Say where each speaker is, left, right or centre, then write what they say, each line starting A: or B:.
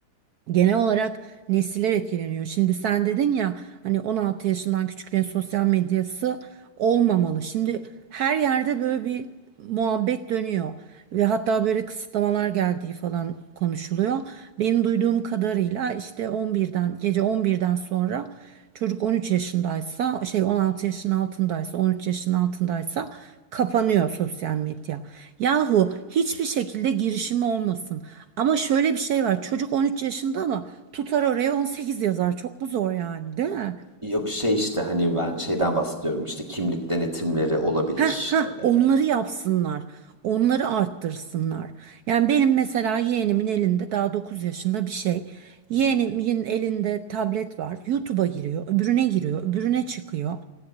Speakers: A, on the right; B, on the right.
A: Genel olarak nesiller etkileniyor. Şimdi sen dedin ya hani 16 yaşından küçüklerin sosyal medyası olmamalı. Şimdi her yerde böyle bir muhabbet dönüyor ve hatta böyle kısıtlamalar geldiği falan konuşuluyor. Benim duyduğum kadarıyla işte 11'den gece 11'den sonra Çocuk 13 yaşındaysa şey 16 yaşın altındaysa 13 yaşın altındaysa kapanıyor sosyal medya. Yahu hiçbir şekilde girişimi olmasın. Ama şöyle bir şey var. Çocuk 13 yaşında ama tutar oraya 18 yazar. Çok mu zor yani, değil mi?
B: Yok şey işte hani ben şeyden bahsediyorum işte kimlik denetimleri olabilir.
A: Heh, heh,
B: E,
A: onları yapsınlar. Onları arttırsınlar. Yani benim mesela yeğenimin elinde daha 9 yaşında bir şey. Yeğenimin elinde tablet var. YouTube'a giriyor, öbürüne giriyor, öbürüne çıkıyor.